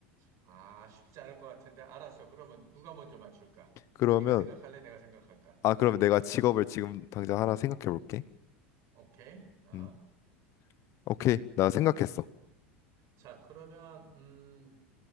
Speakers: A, on the right; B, on the left.
A: 아, 쉽지 않을 것 같은데. 알았어. 그러면 누가 먼저 맞출까?
B: 그러면
A: 네가 생각할래? 내가 생각할까?
B: 아, 그러면
A: 음,
B: 내가 직업을 지금 당장 하나 생각해 볼게.
A: 오케이. 어.
B: 음, 오케이. 나 생각했어.
A: 자, 그러면, 음,